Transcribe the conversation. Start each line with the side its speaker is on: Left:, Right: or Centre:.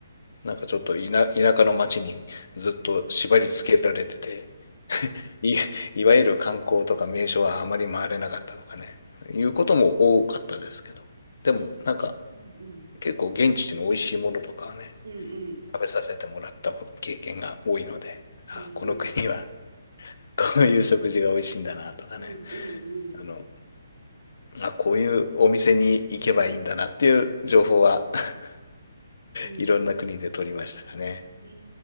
Left: なんかちょっと田、田舎の町にずっと縛り付けられてて、<laughs> い、いわゆる観光とか名所はあまり回れなかったとかね、いうことも多かったですけど、
Right: え、
Left: でもなんか
Right: え、それはうんうん。
Left: 結構現地の美味しいものとかはね、
Right: うんうん。
Left: 食べさせてもらったこと経験が多いので、あ、
Right: へえ
Left: この国はこういう食事が美味しいんだなとかね、
Right: うんうんうん。
Left: あの、まあ、こういうお店に行けばいいんだなっていう情報は <laughs>
Right: うん。
Left: いろんな国で取りましたかね。
Right: へ